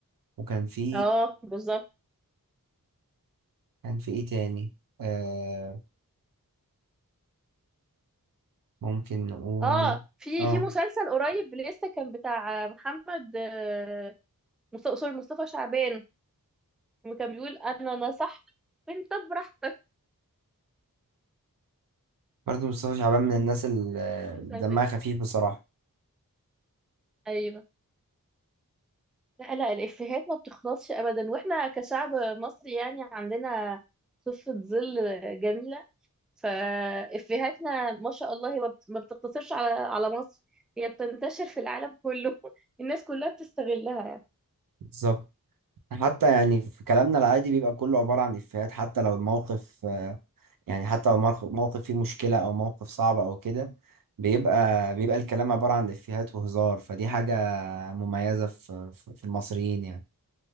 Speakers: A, on the right; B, in the centre.
A: وكان في
B: اه بالظبط
A: كان في ايه تاني آه ممكن نقول
B: اه في
A: اه
B: في مسلسل قريب لسه كان بتاع محمد آه، مصط- سوري مصطفى شعبان وكان بيقول انا نصحت انت براحتك
A: برضه مصطفى شعبان من
B: ده
A: الناس
B: كان
A: اللي
B: لسه ده كان
A: دمها
B: سنة اللي فاتت.
A: خفيف بصراحة
B: ايوه لا لا الافيهات ما بتخلصش ابدا واحنا كشعب مصري يعني عندنا صفة ظل جميلة فافيهاتنا ما شاء الله هي ما بت- ما بتقتصرش على على مصر هي بتنتشر في العالم كله <laughs> الناس كلها بتستغلها
A: بالظبط حتى يعني في كلامنا العادي بيبقى كله عبارة عن إفيهات حتى لو الموقف آه يعني حتى لو الموقف موقف فيه مشكلة أو موقف صعب أو كده بيبقى بيبقى الكلام عبارة عن إفيهات وهزار فدي حاجة مميزة
B: يعني.
A: في في في المصريين يعني